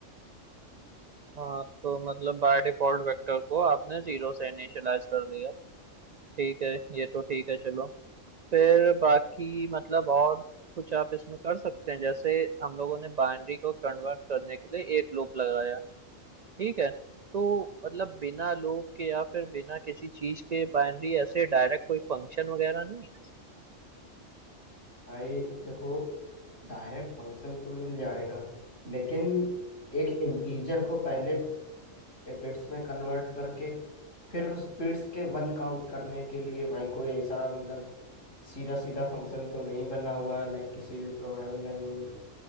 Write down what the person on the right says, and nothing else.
हाँ तो मतलब बाय डिफॉल्ट वेक्टर को आपने जीरो से इनिशियलाइज कर दिया ठीक है ये तो ठीक है चलो फिर बाकी मतलब और कुछ आप इसमें कर सकते हैं जैसे हम लोगों ने बाइनरी को कन्वर्ट करने के लिए एक लूप लगाया ठीक है तो मतलब बिना लूप के या फिर बिना किसी चीज के बाइनरी ऐसे डायरेक्ट कोई फंक्शन वगैरह नहीं है